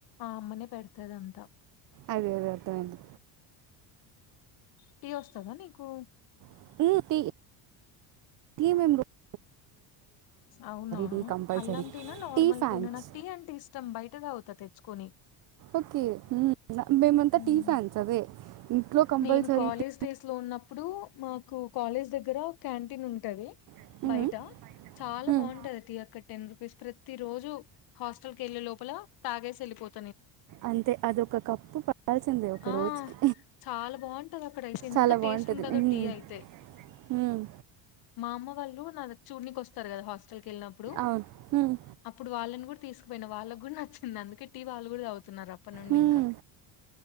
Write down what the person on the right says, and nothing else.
అదే అదే అర్థమడి
మ
టీ కంపల్సరీ
టీ ఫ్యాన్స్
ఓకే మ్మ్, మేమంతా
టీ ఫ్యాన్స్ అదే ఇంట్లో కంపల్సరీ
టీ
మ్మ్,
మ్మ్.
అంతే అదొక కప్పు పడాల్సిందే ఒక
రోజుకి
చాలా
బాగుంటుంది
మ్మ్,
మ్మ్,
అవును మ్మ్,
మ్మ్.